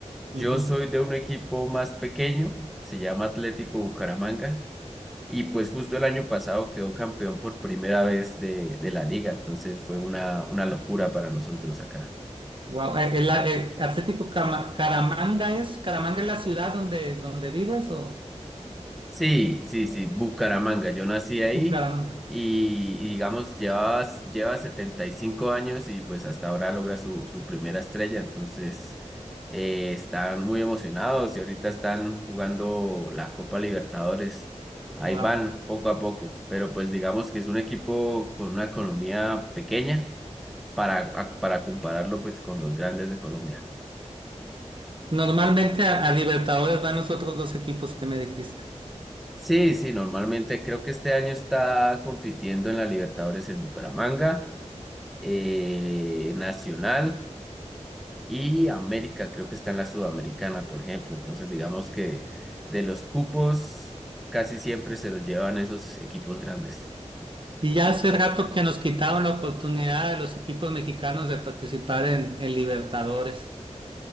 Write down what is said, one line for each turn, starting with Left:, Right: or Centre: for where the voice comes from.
Centre: Yo
Right: Ujú.
Centre: soy de un equipo más pequeño, se llama Atlético Bucaramanga, y pues justo el año pasado quedó campeón por primera vez de, de la liga, entonces fue una, una locura para nosotros acá.
Right: Guau, eh, El, eh, Atlético Cama- Caramanga es, Caramanga es la ciudad donde, donde vives o
Centre: Sí, sí, sí, Bucaramanga, yo nací ahí
Right: Bucaramanga.
Centre: y, y digamos lleva, lleva 75 años y pues hasta ahora logra su, su primera estrella, entonces eh, están muy emocionados y ahorita están jugando la Copa Libertadores. Ahí
Right: Wow.
Centre: van poco a poco, pero pues digamos que es un equipo con una economía pequeña para, a- para compararlo pues con los grandes de Colombia.
Right: Normalmente a, a Libertadores van los otros dos equipos que me dijiste.
Centre: Sí, sí, normalmente creo que este año está compitiendo en la Libertadores el Bucaramanga, eh, Nacional y América, creo que está en la Sudamericana, por ejemplo. Entonces, digamos que de los cupos casi siempre se los llevan esos equipos grandes.
Right: Y ya hace rato que nos quitaron la oportunidad a los equipos mexicanos de participar en, en Libertadores.